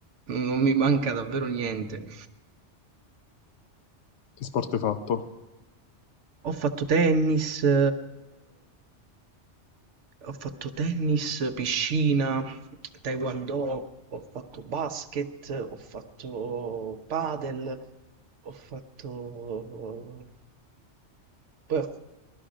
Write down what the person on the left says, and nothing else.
Che sport hai fatto?